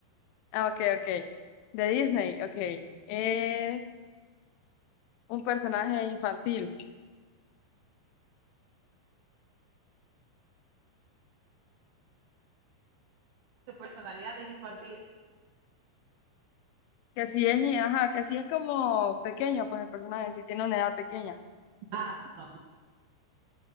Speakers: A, on the left; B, on the right.
A: Ah, ok, ok. De Disney, ok. Es un personaje infantil.
B: su personalidad es infantil.
A: Que sí es, ajá, que sí es como pequeño, pues el personaje sí tiene una edad pequeña.
B: Ah, no,